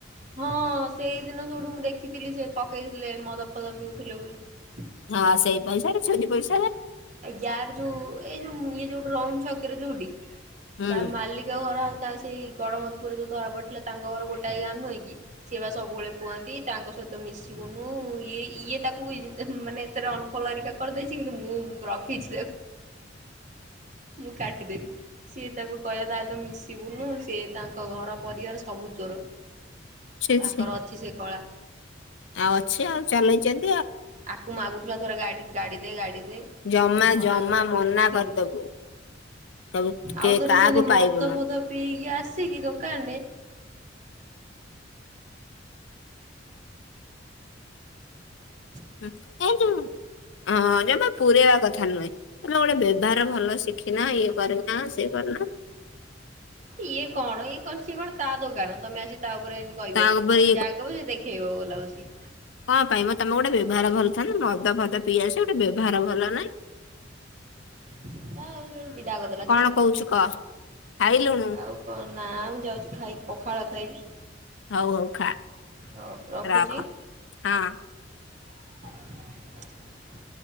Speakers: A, on the right; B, on the left.
A: ହଁ ସେଇଦିନ ସୋଉଠୁ ମୁଁ ଦେଖିଥିଲି ସେ ପକେଇଥିଲେ, ମଦ ଫଦ ପିଉଥିଲେ ବୋଲି।
B: ହଁ ସେଇ ପଇସାରେ ଚୋରି ପଇସା
A: ଏ ଯାର ଯଉ ଏଇ ଯୋଉ <unintelligible> ଯୋଉଠି <unintelligible> ଛକରେ ଯୋଉଠି।
B: ହୁଁ
A: ତା ମାଲିକ ଘର ଆ ତା ସେଇ ଗଡ଼ମଧପୁରରେ ଯେଉଁ ଧରା ପଡ଼ିଥିଲା ତାଙ୍କ ଘର ଗୋଟାଏ ଗାଁ ନୁହେଁକି, ସିଏ ବା ସବୁବେଳେ କୁହନ୍ତି ତାଙ୍କ ସହିତ ମିଶିବୁନୁ ଇଏ ଇଏ ତାକୁ ମାନେ ଏଥରେ ଅଣଫଲୋ ହେରିକା କରିଦେଇଛି, କିନ୍ତୁ ମୁଁ ରଖିଚି ତାକୁ। ମୁଁ କାଟିଦେବି, ସିଏ ତାକୁ କହିଲା ତା ତ ମିଶିବୁନୁ ସିଏ ତାଙ୍କ ଘର ପରିବାର ସବୁ ଚୋର।
B: ଛି
A: ତାଙ୍କର
B: ଛି
A: ଅଛି ସେ କଳା।
B: ଆଉ ଅଛି ଆଉ ଚଲେଇଚନ୍ତି।
A: ଆକୁ ମାଗୁଥିଲା ଥରେ ଗାଡି। ଗାଡ଼ି ଦେ ଗାଡ଼ି ଦେ ଦେ
B: ଜମା
A: ମନା
B: ଜମା
A: କନା
B: ମନା
A: କଲେ ମୁଁ ଦେବିିନି।
B: କରିଦବୁ କହିବୁ କେ
A: ଆଉଥରେ
B: କାହାକୁ
A: ସେମିତି
B: ପାଇବୁନୁ
A: ମଦ ଫଦ ପିଇକି ଆସିକି ଦୋକାନ ରେ ଇ
B: <unintelligible> ଅଁ ଜମା ପୁରେଇବା କଥା ନୁହେଁ। ତମେ ଗୋଟେ ବ୍ୟବହାର ଭଲ ଶିଖିନା ଇଏ କରିନାହଁ, ସେ କରିନାହଁ।
A: ଇଏ କଣ ଇଏ କଣ ସିଏ କଣ ତା ଦୋକାନ ତମେ ଆଜି ତା ଉପରେ ଏମିତି କହିବ,
B: ତା ଉପରେ
A: ତମେ ଯା କହିବ ସେ ଦେଖେଇବ ଗଲା ବସି <inaudible>
B: କାଁ ପାଇଁ ମ ତମେ ଗୋଟେ ବ୍ୟବହାର ଭଲ ଥାନ୍ତା ମ୍ ମଦ ଫଦ ପିଇ ଆସିବ ଗୋଟେ ବ୍ୟବହାର ଭଲ ନାହିଁ।
A: ସେଟା ଆଉ ବିଦା କରିଦେଲା
B: କଣ
A: ତାକୁ।
B: କହୁଛୁ କହ ଖାଇଲୁଣୁ
A: ଆଉ କଣ ନା ମୁଁ ଯାଉଛି ଖାଇ ପଖାଳ ଖାଇବି।
B: ହଉ ହଉ ଖା,
A: ହଉ ରଖୁଛି।
B: ରଖ, ହଁ।
A: <inaudible>